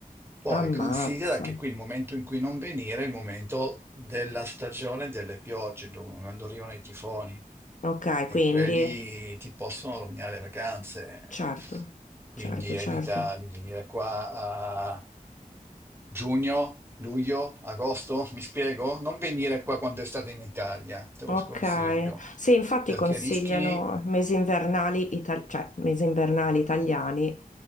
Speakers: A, on the right; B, on the left.
A: Poi
B: Ammazza.
A: considera che qui il momento in cui non venire è il momento della stagione delle piogge, dove- quando arrivano i tifoni
B: Ok,
A: e
B: quindi,
A: quelli ti possono rovinare le vacanze.
B: certo,
A: Quindi
B: certo,
A: evita
B: certo.
A: di venire qua a giugno, luglio, agosto, mi spiego? Non venire qua quando è estate in Italia, te lo
B: Ok,
A: sconsiglio,
B: sì, infatti
A: perché
B: consigliano
A: rischi,
B: mesi invernali, ital- cioè mesi invernali italiani